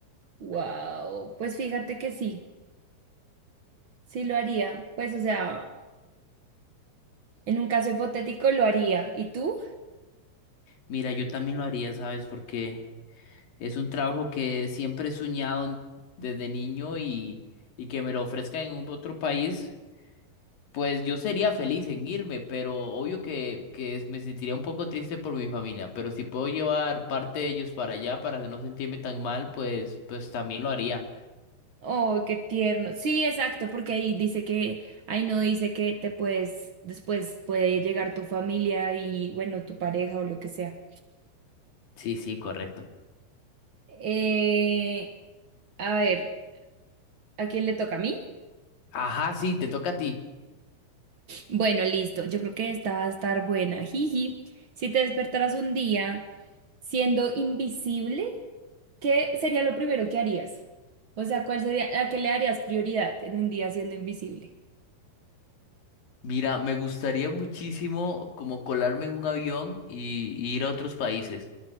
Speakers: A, on the right (about 75°); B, on the left (about 55°).
A: Wow, pues fíjate que sí, sí lo haría. Pues o sea. En un caso hipotético lo haría. ¿Y tú?
B: Mira, yo también lo haría, ¿sabes por qué? Es un trabajo que siempre he soñado en- desde niño y, y que me lo ofrezcan en un otro país, pues yo sería feliz en irme, pero obvio que, que es- me sentiría un poco triste por mi familia, pero si puedo llevar parte de ellos para allá para no sentirme tan mal, pues, pues también lo haría.
A: Oh, qué tierno. Sí, exacto, porque ahí dice que, ahí no dice que te puedes, después puede llegar tu familia y, bueno, tu pareja o lo que sea.
B: Sí, sí, correcto.
A: Eh, a ver, ¿a quién le toca a mí?
B: Ajá, sí, te toca a ti.
A: Bueno, listo. Yo creo que esta va a estar buena. Jiji, si te despertaras un día siendo invisible, ¿qué sería lo primero que harías? O sea, ¿cuál sería, a qué le darías prioridad en un día siendo invisible?
B: Mira, me gustaría muchísimo como colarme en un avión y, y ir a otros países.